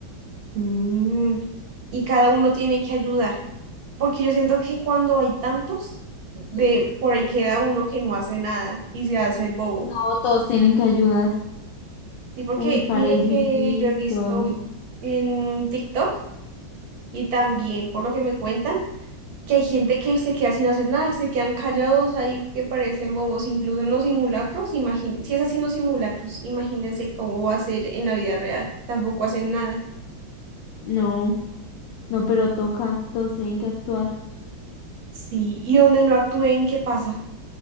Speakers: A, on the right; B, on the left.
A: Mm, y cada uno tiene que ayudar, porque yo siento que cuando hay tantos, de
B: Sí.
A: por ahí queda uno que no hace nada y se hace el bobo.
B: No, todos tienen que ayudar,
A: Sí, porque
B: ubicar
A: mire
B: AVPs,
A: que yo he visto
B: todo eso.
A: en TikTok y también por lo que me cuentan que hay gente que se queda sin hacer nada, que se quedan callados ahí, que parecen bobos, incluso en los simulacros, imagín- si es así en los simulacros, imagínense cómo va a ser en la vida real, tampoco hacen nada.
B: No, no, pero toca, todos tienen que actuar.
A: Sí, y donde no actúen, ¿qué pasa?